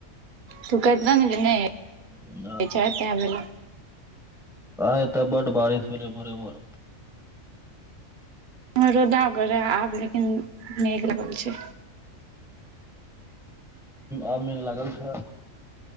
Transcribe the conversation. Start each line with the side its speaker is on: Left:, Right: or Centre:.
Right: तू कैरता ने जे नई
Centre: भेले
Right: होइछौ, तैं भेलौ
Centre: आइ एता बड बारिश भेलै भोरेभोर
Right: रौदा कर रहे आब लेकिन न लाग छै।
Centre: आब मेघ लागल छ